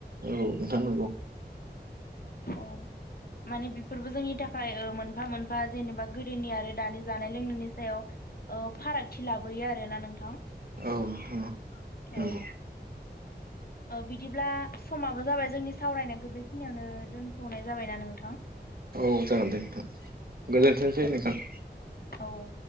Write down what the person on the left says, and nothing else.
औ माने बेफोरबो जोंनि थाखाय मोनफा मोनफा जेनेबा गोदोनि आरो दानि जानाय लोंनायनि सायाव ओ फारागथि लाबोयो आरो ना नोंथां
औ ओ बिदिब्ला समाबो जाबाय जोंनि सावरायनायखौ बेखिनियावनो दोनथ'नाय जाबायना नोंथां
औ